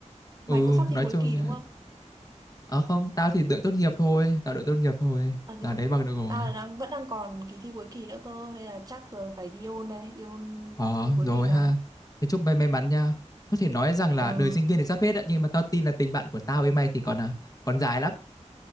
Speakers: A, on the right; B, on the left.
A: mày
B: ừ
A: cũng sắp thi
B: nói
A: cuối
B: chung
A: kỳ đúng không?
B: à không tao thì đợi tốt nghiệp thôi tao đợi tốt nghiệp thôi
A: Ờ thế
B: là
A: à?
B: lấy bằng được rồi
A: Tao là đang vẫn đang còn kỳ thi cuối kỳ nữa cơ nên là chắc giờ phải đi ôn đây, đi ôn
B: ờ
A: thi cuối
B: rồi
A: kỳ đây.
B: ha thế chúc mày may mắn nha có thể nói rằng là
A: Ừ,
B: đời sinh viên thì sắp hết đấy nhưng mà tao tin là tình bạn của tao với mày thì còn à, còn dài lắm